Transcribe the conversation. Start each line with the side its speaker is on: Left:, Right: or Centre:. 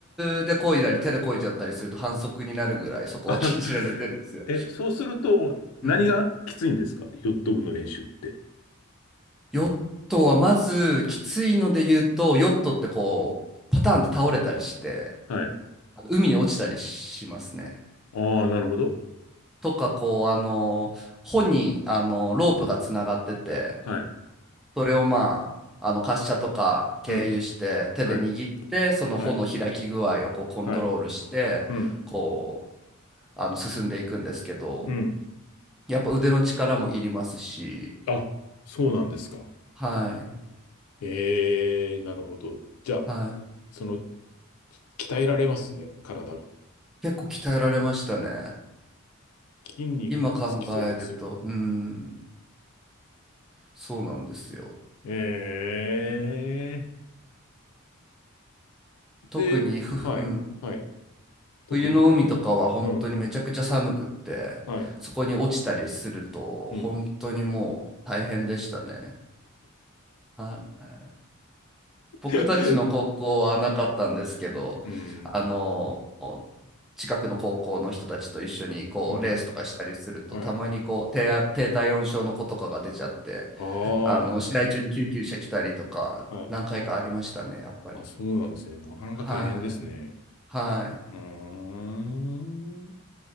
Centre: ルで漕いだり、手で漕いじゃったりすると反則になるぐらい、そこは禁じられてるんですよ。
Left: あ、<laughs> え、そうすると、何がきついんですかヨット部の練習って。
Centre: うん。ヨットは、まず、きついので言うと、ヨットってこう、パターンって倒れたりして、
Left: はい。
Centre: あの海に落ちたりしますね。
Left: ああ、なるほど。
Centre: とか、こう、あのー帆に、あのーロープがつながってて、
Left: はい。
Centre: それをまあ、あの滑車とか経由して手で握ってその穂の開き具合をこうコントロールしてこう
Left: うん。はい。はい。はい。うん。
Centre: あの進んでいくんですけど
Left: うん。
Centre: やっぱ腕の力もいりますし
Left: あ、そうなんですか。
Centre: はい
Left: ええ、なるほど。じゃあ、
Centre: はい
Left: その、鍛えられますね、体が。
Centre: 結構鍛えられましたね
Left: 筋肉もつきそうです。
Centre: 今考えるとうんそうなんですよ
Left: ええ。
Centre: うん特にふ、
Left: で、はい。
Centre: うん、
Left: はい。特に
Centre: 冬の海とかは本当にめちゃくちゃ寒くってそこに落ちたりすると本当にもう大変でしたね
Left: うん。はい。うん。
Centre: はい僕たちの高校はなかったんですけど、
Left: <laughs> うん。
Centre: あの、近くの高校の人たちと一緒にこうレースとかしたりすると、
Left: うん。はい。
Centre: たまにこう低あ、低体温症の子とかが出ちゃって、
Left: ああ、
Centre: あの、試合中に救急車来たりとか、
Left: はい。
Centre: 何回かありましたね、やっぱり。
Left: あ、そうなんですね。なかなか大変ですね。
Centre: はい。はい。
Left: うーん。